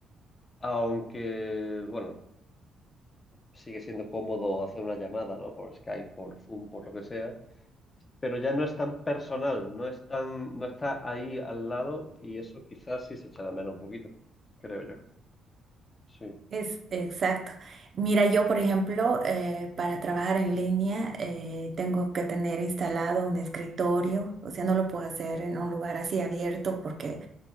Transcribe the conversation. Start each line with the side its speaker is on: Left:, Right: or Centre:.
Left: aunque, bueno, sigue siendo cómodo hacer una llamada, ¿no? Por Skype, por Zoom, por lo que sea pero ya no es tan personal, no es tan, no está ahí al lado y eso quizás sí se echa de menos un poquito, creo yo. Sí.
Right: Es exacto. Mira, yo, por ejemplo, eh, para trabajar en línea eh, tengo que tener instalado un escritorio, o sea, no lo puedo hacer en un lugar así abierto porque